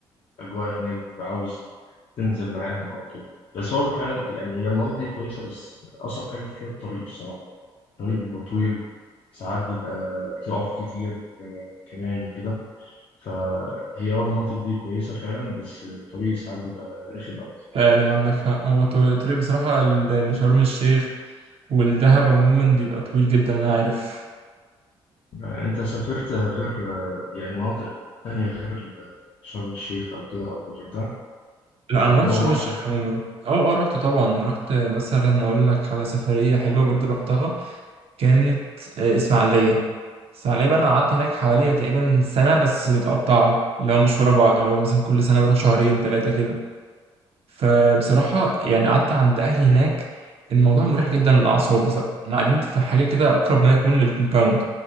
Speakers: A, on the left; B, on the right.
A: اجواء هناك بتبقى عاوز تنزل معاهم او كده بس هو فعلا يعني هي المناطق دي كويسه بس اصعب حاجه فيها الطريق الصراحه الطريق بيبقى طويل ساعات بيبقى بتقف كتير آه، كمان وكده فهي اه المناطق دي كويسه فعلا بس الطريق ساعات بيبقى رخم قوي
B: فعلا عندك حق هو الطريق الطريق بصراحة ل- لشرم الشيخ والدهب عموما بيبقى طويل جدا أنا عارف
A: انت سافرت غير آه، يعني مناطق تانية غير ال- شرم الشيخ او كده او الغردقه
B: لا
A: في
B: أنا ما
A: جوه
B: رحتش شرم
A: مصر
B: الشيخ
A: بقى
B: عموما اه اه رحت طبعا رحت مثلا أقول لك على سفرية حلوة برضو رحتها كانت آه، إسماعيلية إسماعيلية بقى أنا قعدت هناك حوالي تقريبا سنة بس متقطعة اللي هو مش ورا بعض اللي هو مثلا كل سنة بروح شهرين تلاتة كده فبصراحة يعني قعدت عند أهلي هناك الموضوع مريح جدا للأعصاب بصراحة احنا قاعدين في حاجة كده أقرب ما يكون للكومباوند